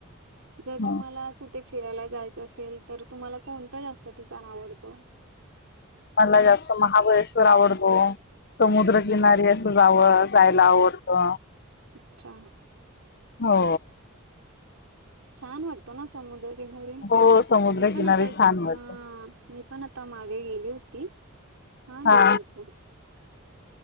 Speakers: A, on the right; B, on the left.
A: जर
B: हं
A: तुम्हाला कुठे फिरायला जायचं असेल तर तुम्हाला कोणतं जास्त ठिकाण आवडतं
B: मला जास्त महाबळेश्वर आवडतो समुद्रकिनारी असं जावं जायला आवडत.
A: अच्छा
B: हो
A: छान वाटतो ना समुद्रकिनारी
B: हो समुद्रकिनारी
A: मी पण आता
B: छान
A: हा
B: वाटतं
A: मी पण आता मागे गेली होती छान
B: हा
A: होत होता